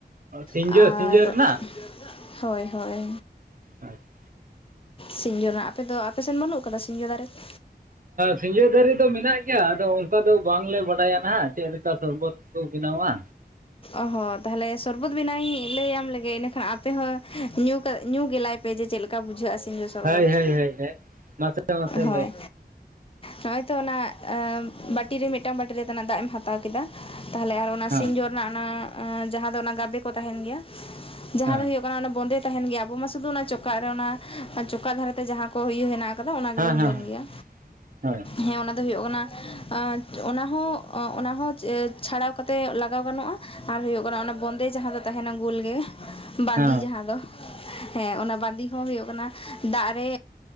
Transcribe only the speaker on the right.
ᱥᱤᱸᱡᱳ
ᱥᱤᱸᱡᱳ ᱨᱮᱱᱟᱜ
<unintelligible>
ᱥᱤᱧᱡᱚ ᱫᱟᱨᱮ ᱫᱚ ᱢᱮᱱᱟᱜ ᱜᱮᱭᱟ ᱟᱫᱚ ᱚᱱᱠᱟ ᱫᱚ ᱵᱟᱝ ᱞᱮ ᱵᱟᱰᱟᱭᱟ ᱱᱟᱦᱟᱜ ᱪᱮᱫ ᱞᱮᱠᱟ ᱥᱚᱨᱵᱚᱛ ᱠᱚ ᱵᱮᱱᱟᱣᱟ᱾
ᱦᱳᱭ ᱦᱳᱭ ᱦᱳᱭ ᱦᱳᱭ ᱢᱟᱥᱮ ᱢᱟᱥᱮ
ᱞᱟᱹᱭ
ᱦᱮᱸ
ᱦᱮᱸ
ᱦᱮᱸ
ᱦᱮᱸ
ᱦᱳᱭ
ᱦᱮᱸ ᱦᱮᱸ